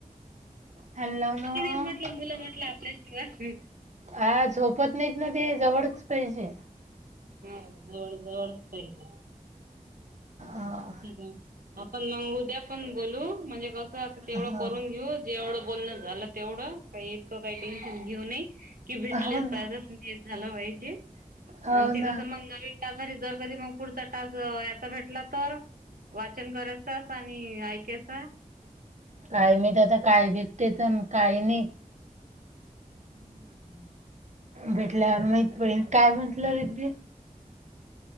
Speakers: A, on the right; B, on the right.
A: फॅन लाव
B: पति
A: ना
B: नाही म्हटलं मुलं म्हटलं आपल्याशिवाय
A: आ झोपत नाहीत ना ते जवळच पाहिजे.
B: ह जवळ जवळचं पाहिजे.
A: हा
B: बर ठीक आहे, आपण मग उद्या पण बोलू म्हणजे कस आता तेवढं
A: हा
B: करून घेऊ जेवढं बोलणं झालं तेवढं. काही इतकं काही टेन्शन घेऊ नये की भेटलेच
A: हो ना
B: पाहिजे हे झालं पाहिजे.
A: हो
B: आणि ते
A: ना
B: कसं मग नवीन ताससाठी जर कधी मग पुढचा तास याचा भेटला तर. वाचन करायचास आणि ऐकायचा.
A: काय मी तर आता काय भेटते तर काही नाही.
B: हम्म वाटण.
A: भेटल्यावर माहित पडेन काय म्हटलं रेदी?